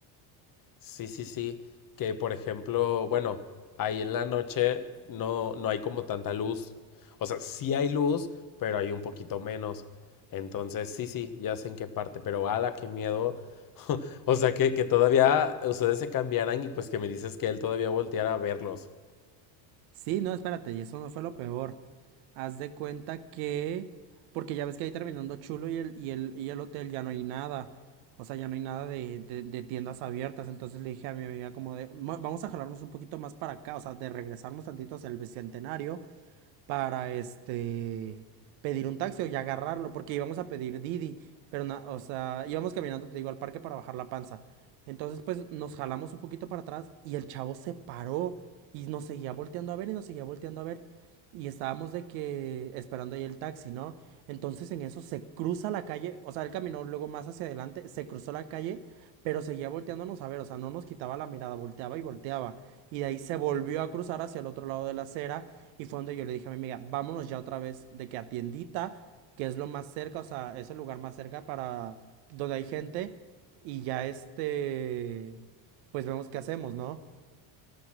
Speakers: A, on the left; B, on the right.
A: Sí, sí, sí, que por ejemplo, bueno, ahí en la noche no, no hay como tanta luz. O sea, sí hay luz, pero hay un poquito menos. Entonces, sí, sí, ya sé en qué parte, pero ala, qué miedo. <laughs> O sea, que, que todavía ustedes se cambiaran y pues que me dices que él todavía volteara a verlos.
B: Sí, no, espérate, y eso no fue lo peor. Haz de cuenta que, porque ya ves que ahí terminando chulo y el, y el, y el hotel ya no hay nada. O sea, ya no hay nada de, de- de tiendas abiertas. Entonces le dije a mi amiga como de, "Ma- vamos a jalarnos un poquito más para acá, o sea, de regresarnos tantito hacia el Bicentenario para este pedir un taxi o ya agarrarlo, porque íbamos a pedir Didi, pero na- o sea, íbamos caminando, te digo, al parque para bajar la panza. Entonces, pues nos jalamos un poquito para atrás y el chavo se paró y nos seguía volteando a ver y nos seguía volteando a ver y estábamos de que esperando ahí el taxi, ¿no? Entonces en eso se cruza la calle, o sea, él caminó luego más hacia adelante, se cruzó la calle, pero seguía volteándonos a ver, o sea, no nos quitaba la mirada, volteaba y volteaba. Y de ahí se volvió a cruzar hacia el otro lado de la acera y fue donde yo le dije a mi amiga, vámonos ya otra vez de que a tiendita, que es lo más cerca, o sea, es el lugar más cerca para donde hay gente. Y ya este, pues vemos qué hacemos, ¿no?